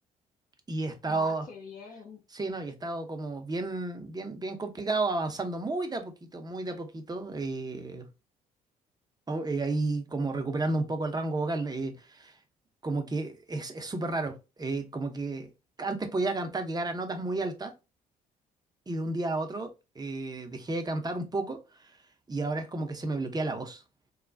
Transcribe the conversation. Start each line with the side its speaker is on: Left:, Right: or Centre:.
Right: y he estado,
Left: ah, qué bien.
Right: sí, no, y he estado como bien, bien, bien complicado, avanzando muy de a poquito, muy de a poquito. eh, o- eh, ahí como recuperando un poco el rango vocal, eh, como que es es súper raro, eh, como que antes podía cantar, llegar a notas muy altas y de un día a otro eh, dejé de cantar un poco y ahora es como que se me bloquea la voz.